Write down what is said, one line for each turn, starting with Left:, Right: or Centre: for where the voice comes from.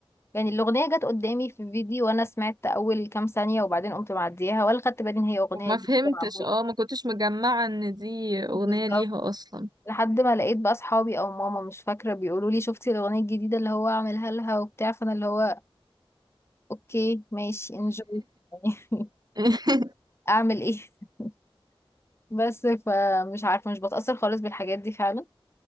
Left: يعني الأغنية جت قدامي في فيديو وأنا سمعت أول كام ثانية وبعدين قمت معديها ولا خدت بالي إن هي أغنية
Right: وما
Left: جديدة
Right: فهمتش
Left: معمولة
Right: اه ما كنتش مجمعة ان دي اغنية
Left: بالظبط
Right: ليها اصلا
Left: لحد ما لقيت بقى أصحابي أو ماما مش فاكرة بيقولوا لي شفتي الأغنية الجديدة اللي هو عاملها لها وبتاع فأنا اللي هو أوكي ماشي انجوي <laughs> يعني
Right: <laughs>
Left: أعمل إيه <laughs> بس فمش عارفة مش بتأثر خالص بالحاجات دي فعلا